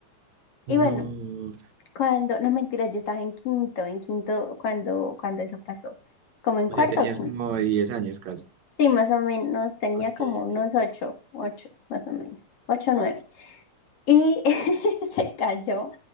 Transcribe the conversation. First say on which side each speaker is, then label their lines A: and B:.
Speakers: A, on the right; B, on the left.
A: No.
B: Y bueno, cuando, no mentira, yo estaba en quinto, en quinto cuando, cuando eso pasó, como en
A: O
B: cuarto
A: sea, tenías
B: o quinto.
A: como diez años casi.
B: Sí, más o menos, tenía
A: Ok,
B: como
A: ok.
B: unos ocho, ocho, más o menos, ocho, nueve. Y <laughs> se cayó.